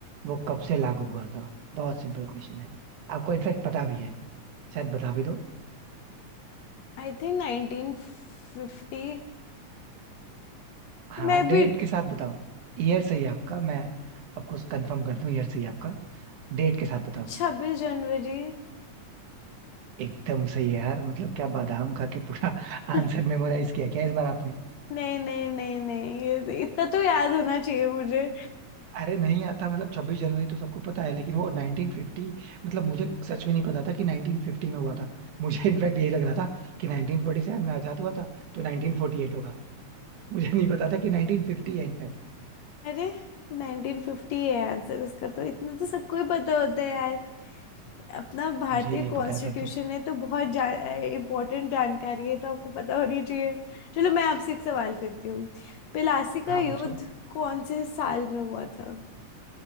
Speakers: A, on the right; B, on the left.
A: वो कब से लागू हुआ था बहुत सिंपल क्वेश्चन है आपको इनफेक्ट पता भी है शायद बता भी दो
B: I think 1950
A: हाँ
B: May
A: डेट
B: be
A: के साथ बताओ ईयर सही है आपका मैं आपको कंफर्म करता हूँ ईयर सही है आपका डेट के साथ बताओ
B: 26 जनवरी
A: एकदम सही है यार मतलब क्या बादाम खा के पूरा <laughs>
B: <laughs>
A: आंसर मेमोराइज किया क्या इस बार आपने
B: नहीं नहीं नहीं नहीं ये तो इतना तो याद होना चाहिए मुझे
A: अरे नहीं आता मतलब छब्बीस जनवरी तो सबको पता है लेकिन वो 1950 मतलब मुझे सच में नहीं पता था कि 1950 में हुआ था मुझे <laughs> इनफैक्ट यही लग रहा था कि 1947 में आजाद हुआ था तो 1948 होगा मुझे नहीं पता था कि 1950 है इनफैक्ट
B: अरे 1950 है आंसर उसका तो इतना तो सबको ही पता होता है यार अपना भारतीय
A: मुझे ही नहीं
B: कॉन्स्टिट्यूशन
A: पता है फिर तो
B: है तो बहुत जा, इम्पोर्टेंट जानकारी है तो आपको पता होनी चाहिए चलो मैं आपसे एक सवाल करती हूँ प्लासी का
A: हाँ
B: युद्ध
A: पूछो
B: कौन से साल में हुआ था